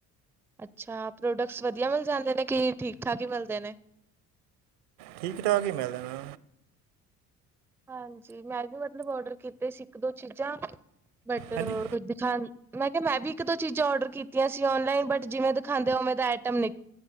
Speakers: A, in the centre; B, on the right (about 65°).
A: ਅੱਛਾ ਪ੍ਰੋਡਕਟਸ ਵਧੀਆ ਮਿਲ ਜਾਂਦੇ ਨੇ ਕਿ ਠੀਕ -ਠਾਕ ਹੀ ਮਿਲਦੇ ਨੇ
B: ਠੀਕ- ਠਾਕ ਹੀ ਮਿਲ ਜਾਣਾ।
A: ਹਾਂਜੀ ਮੈਂ ਵੀ ਮਤਲਬ ਔਡਰ ਕੀਤੇ ਸੀ ਇੱਕ ਦੋ ਚੀਜ਼ਾਂ ਬਟ
B: ਹਾਂਜੀ
A: <inaudible> ਮੈਂ ਕਿਹਾ ਮੈਂ ਵੀ ਇੱਕ ਦੋ ਚੀਜ਼ਾਂ ਔਡਰ ਕੀਤੀਆਂ ਸੀ, ਔਨਲਾਈਨ ਬਟ ਜਿਵੇਂ ਦਿਖਾਉਦੇ ਉਵੇਂ ਤਾਂ ਆਈਟਮ ਨਿਕ